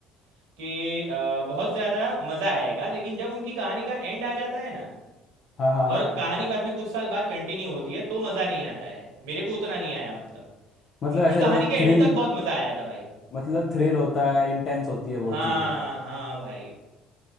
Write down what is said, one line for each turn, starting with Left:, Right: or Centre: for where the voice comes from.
Right: कि अ, बहुत ज़्यादा मज़ा आएगा लेकिन जब उनकी कहानी का एंड आ जाता है ना
Left: हाँ हाँ हाँ
Right: और कहानी बाद में कुछ साल बाद कंटिन्यू होती है तो मज़ा नहीं आता है मेरे को उतना नहीं आया मतलब
Left: मतलब
Right: उनकी
Left: ऐसे
Right: कहानी
Left: मतलब
Right: के
Left: थ्रिल
Right: एंड तक बहुत मज़ा आया था भाई
Left: मतलब थ्रिल होता है इंटेंस होती है वो
Right: हाँ
Left: चीज़ें
Right: हाँ भाई